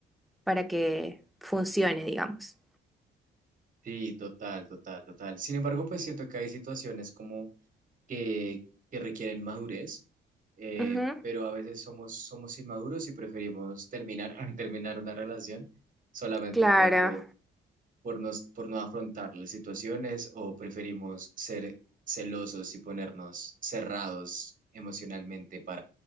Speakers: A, in the centre; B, on the right.
A: para que funcione, digamos.
B: Sí, total, total, total. Sin embargo, pues siento que hay situaciones como que, que requieren madurez, eh,
A: Ujú,
B: pero a veces somos, somos inmaduros y preferimos terminar, <laughs> terminar una relación solamente
A: Claro,
B: como por, por, nos, por no afrontar las situaciones o preferimos ser celosos y ponernos cerrados emocionalmente